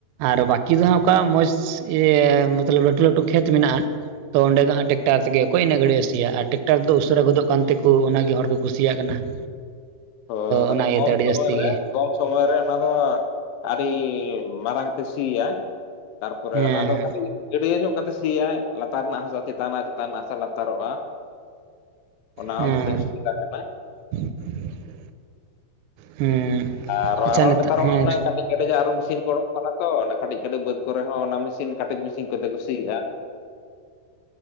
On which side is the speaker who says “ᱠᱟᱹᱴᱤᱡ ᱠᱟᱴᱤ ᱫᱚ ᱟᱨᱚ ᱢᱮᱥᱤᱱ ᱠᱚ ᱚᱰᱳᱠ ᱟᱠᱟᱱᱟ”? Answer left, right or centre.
Left